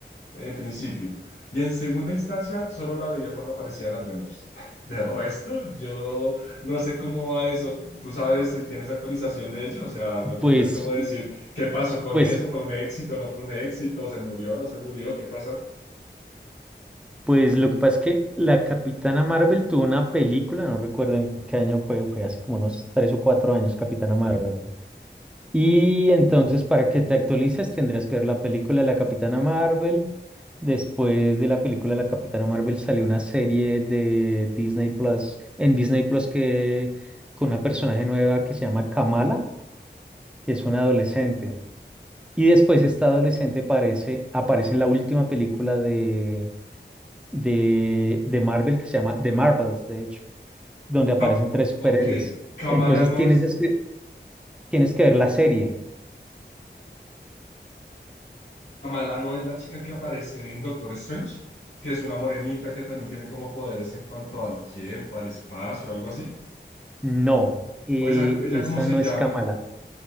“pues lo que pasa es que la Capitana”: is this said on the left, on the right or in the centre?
Centre